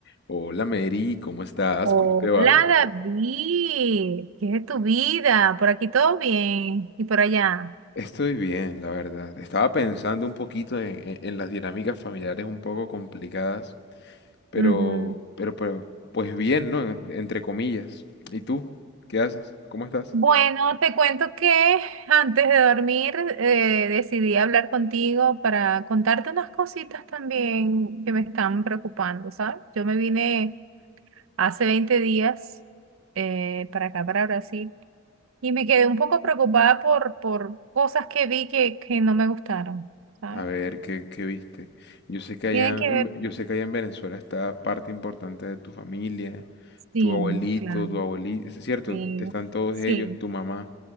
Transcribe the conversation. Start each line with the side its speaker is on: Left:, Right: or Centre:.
Left: Hola Mary, ¿cómo estás?
Right: Hola
Left: ¿Cómo te va?
Right: David, ¿qué es de tu vida? Por aquí todo bien y por allá.
Left: Estoy bien, la verdad. Estaba pensando un poquito en, en- en las dinámicas familiares un poco complicadas, pero,
Right: Ujú.
Left: pero, pero, pues bien, ¿no? En- Entre comillas. ¿Y tú? ¿Qué haces? ¿Cómo estás?
Right: Bueno, te cuento que antes de dormir eh, decidí hablar contigo para contarte unas cositas también que me están preocupando, ¿sabes? Yo me vine hace 20 días eh, para acá, para Brasil, y me quedé un poco preocupada por, por cosas que vi que, que no me gustaron, ¿sabes?
Left: A ver, ¿qué, qué viste? Yo sé que allá,
Right: Tienen que
Left: en
Right: ver,
Left: Ve- yo sé que allá en Venezuela está parte importante de tu familia,
Right: sí,
Left: tu abuelito,
Right: claro.
Left: tu abuelita, es cierto,
Right: Sí,
Left: están todos
Right: sí,
Left: ellos, tu mamá.